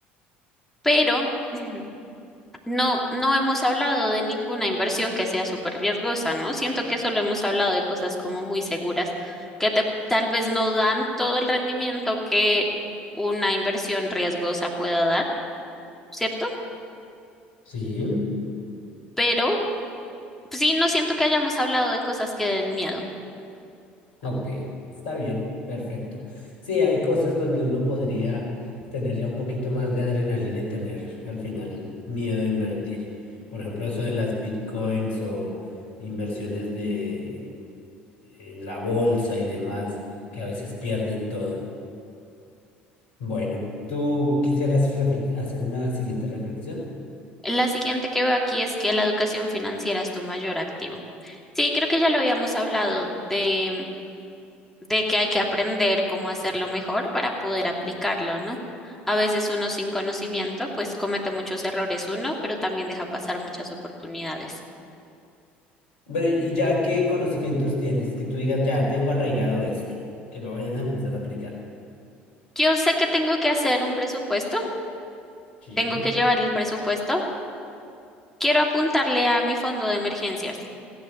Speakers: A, in the centre; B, on the left.
A: pero <clears throat> no, no hemos hablado de ninguna inversión que sea súper riesgosa, ¿no? Siento que solo hemos hablado de cosas como muy seguras que te- tal vez no dan todo el rendimiento que una inversión riesgosa pueda dar, ¿cierto?
B: Sí.
A: Pero sí, no siento que hayamos hablado de cosas que den miedo.
B: Ok, está bien, perfecto. Sí, hay cosas donde uno podría tener ya un poquito más de adrenalina y tener al final miedo a invertir. Por ejemplo, eso de las bitcoins o inversiones de, en en la bolsa y demás, que a veces pierden todo. Bueno, ¿tú quisieras reflex- hacer una siguiente reflexión?
A: La siguiente que veo aquí es que la educación financiera es tu mayor activo. Sí, creo que ya lo habíamos hablado de, de que hay que aprender cómo hacerlo mejor para poder aplicarlo, ¿no? A veces uno sin conocimiento, pues comete muchos errores uno, pero también deja pasar muchas oportunidades.
B: Bueno, y ya qué conocimientos tienes, que tú digas, ya tengo arraigado esto, que lo vayas a empezar a aplicar.
A: Yo sé que tengo que hacer un presupuesto,
B: Sí,
A: tengo que llevar el presupuesto, quiero apuntarle a mi fondo de emergencias